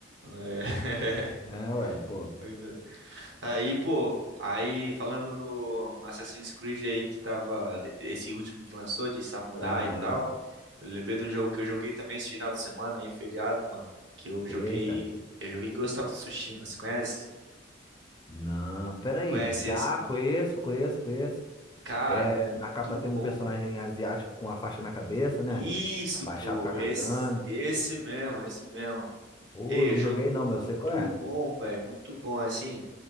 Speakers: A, on the right; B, on the left.
A: É. <laughs>
B: É, ué, pô.
A: Pois é. Aí, pô, aí falando no, no Assassin's Creed aí que tava, esse último que lançou de samurai
B: Aham.
A: e tal, eu lembrei de um jogo que eu joguei também esse final de semana aí, feriado, mano, que eu joguei,
B: Eita.
A: eu joguei Ghost of Tsushima, você conhece?
B: Não, peraí.
A: Não conhece
B: Já
A: esse, mano?
B: conheço, conheço, conheço.
A: Cara,
B: É,
A: muito
B: na capa tem
A: bom.
B: um personagem asiático com a faixa na cabeça,
A: Isso,
B: né? Abaixado
A: pô,
B: com a
A: esse,
B: katana.
A: esse mesmo, esse mesmo.
B: Pô,
A: Ei,
B: não
A: jogo
B: joguei não, mas
A: muito
B: eu sei qual é.
A: bom, velho, muito bom, assim.